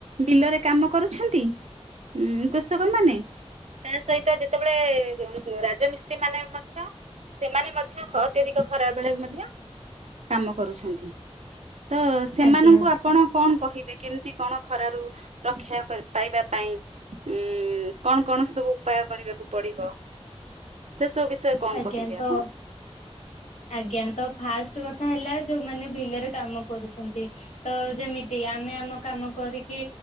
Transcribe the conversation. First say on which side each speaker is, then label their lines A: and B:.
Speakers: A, on the right (about 80°); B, on the left (about 90°).
A: ବିଲରେ କାମ କରୁଛନ୍ତି ଉଁ କୃଷକ ମାନେ। ତା ସହିତ ଯେତେବେଳେ ରାଜମିସ୍ତ୍ରୀ ମାନେ ମଧ୍ୟ ସେମାନେ ମ ଧ୍ୟ ଖ ଅତ୍ୟଧିକ ଖରା ବେଳେ ବି ମଧ୍ୟ କାମ କରୁଛନ୍ତି। ତ ସେମାନଙ୍କୁ
B: ଆଜ୍ଞା ଆଜ୍ଞା
A: ଆ ଆପଣ କଣ କହିବେ, କେମିତି କଣ ଖରାରୁ ରକ୍ଷା ପାଇବା ପାଇଁ ଉଁ କଣ କଣ ସବୁ ଉପାୟ କରିବାକୁ ପଡିବ, ସେ ସବୁ ବିଷ <inaudible> କଣ
B: ଆଜ୍ଞା
A: କହିବେ
B: ତ
A: ଆପଣ?
B: ଆଜ୍ଞା ତ ଫାଷ୍ଟ କଥା ହେଲା ଯୋଉମାନେ ବିଲରେ କାମ କରୁଛନ୍ତି ତ ଯେମିତି ତି ଆମେ ଆମ କାମ କରିକି